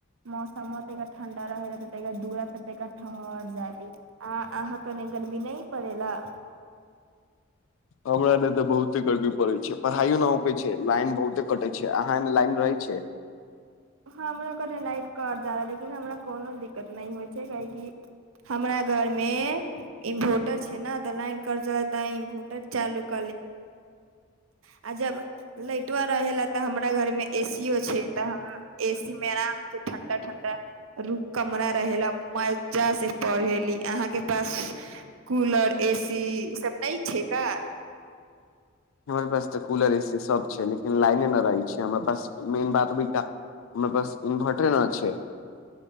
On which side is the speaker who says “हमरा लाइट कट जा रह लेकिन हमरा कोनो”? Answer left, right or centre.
Right